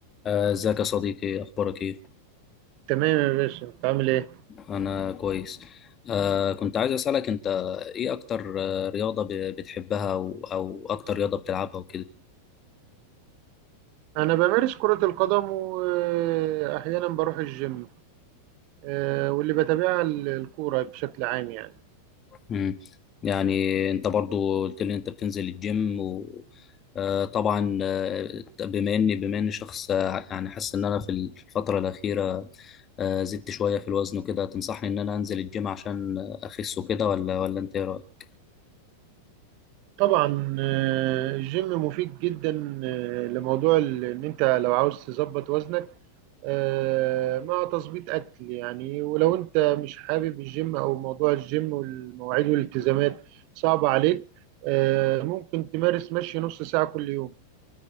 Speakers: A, on the left; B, on the right.
A: آه، ازيك يا صديقي اخبارك ايه
B: تمام يا باشا انت عامل ايه
A: انا كويس آه كنت عايز اسالك انت ايه اكتر آه، رياضه ب- بتحبها او او اكتر رياضه بتلعبها وكده
B: انا بمارس كرة القدم واحيانا بروح الجيم آه، واللي بتابعها ال- الكورة بشكل عام يعني
A: امم يعني انت برضو قلت لي انت بتنزل الجيم و آه طبعا آه، بما اني بما اني شخص آه، يعني حاسس ان انا في الفتره الاخيره آه زدت شويه في الوزن وكده تنصحني ان انا انزل الجيم عشان آه، اخس وكده ولا ولا انت ايه رايك
B: طبعا آه، الجيم مفيد جدا آه، لموضوع ال- ان انت لو عاوز تظبط وزنك آه، مع تظبيط اكل يعني ولو انت مش حابب الجيم او موضوع الجيم والمواعيد والالتزامات صعبة عليك آه، ممكن تمارس مشي نص ساعة كل يوم